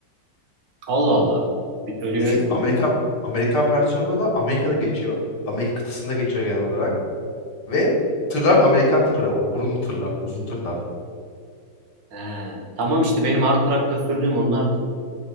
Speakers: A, on the right (about 75°); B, on the left (about 65°).
A: Allah Allah. Bir- Öyle
B: Evet
A: bir şey
B: Amerikan
A: mi?
B: Amerikan versiyonunda da Amerika'da geçiyor. Amerika kıtasında geçiyor genel olarak. Ve tırlar Amerikan tırları. O burun tırlar, uzun tırlar.
A: He, tamam işte benim hard drive'da sürdüğüm onlar da.